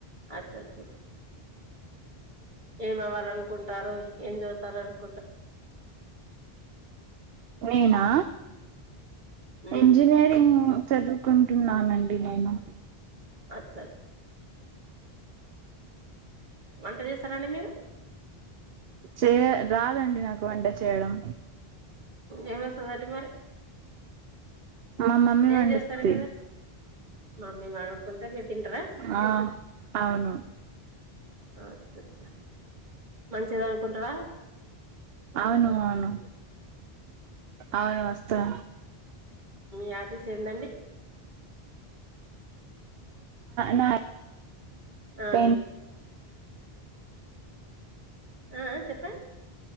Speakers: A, on the right; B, on the right.
A: అచ్చ అచ్చచ్చ ఏమ అవ్వాలనుకుంటారు ఏం చదువుతారనుకు
B: నేనా
A: ఉమ్
B: ఇంజనీరింగ్ చదువుకుంటున్నానండి నేను
A: అచ్చ వంట చేస్తారాండి మీరు
B: చే రాదండి నాకు వంట చేయడం
A: ఏమాసద అది మరి
B: మా మమ్మీ
A: ఏం
B: వండుద్ది
A: చేస్తారండి మరి మమ్మీ వాడు కొంట మీరు తంటరా
B: ఆ అవును
A: అచ్చ అచ్చా మంచిద అనుకుంటారా
B: అవును అవును అవును వస్తా
A: యాపీస్ ఏందండి
B: నా
A: ఆ
B: ప
A: అండి ఆ చెప్పు